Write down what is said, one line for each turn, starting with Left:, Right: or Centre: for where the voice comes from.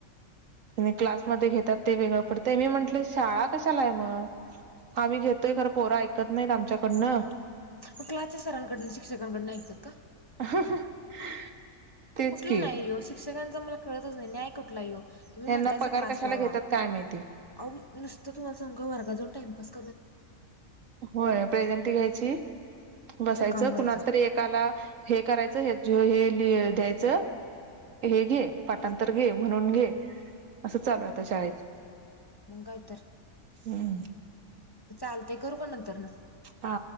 Right: क्लासमध्ये घेतात ते वेगळं पडतय,, मी म्हंटलं शाळा कशालाय मग. आम्ही घेतोय खरं पोरं ऐकत नाहीत आमच्याकडनंऽऽ
Left: मग क्लासचे सरांकडन, शिक्षकांकडनं ऐकतात का?
Right: <unintelligible>
Left: कुठलं
Right: की
Left: न्याय यो,, ये शिक्षकांच मला कळतच नाही. न्याय कुठला यो. तुम्ही
Right: यांना
Left: म्हणतायसा
Right: पगार
Left: क्लास
Right: कशाला
Left: लावा,,
Right: घेतात काय माहिती
Left: अव नुसत तुम्हाला सांगू काय वर्गात जाऊन टाइमपासऽऽ
Right: होय,, प्रेझेंट घ्यायची. बसायचं,,
Left: रिकामं व्हायचं
Right: कुणाला तरी एकाला हे करायचं हे लि द्यायचं. हे, घे, पाटांतर घे, म्हणून घे, असं चालू आहेता शाळेत
Left: मंग काय तर.
Right: हम्.
Left: चालतय करू का नंतर नं.
Right: हा.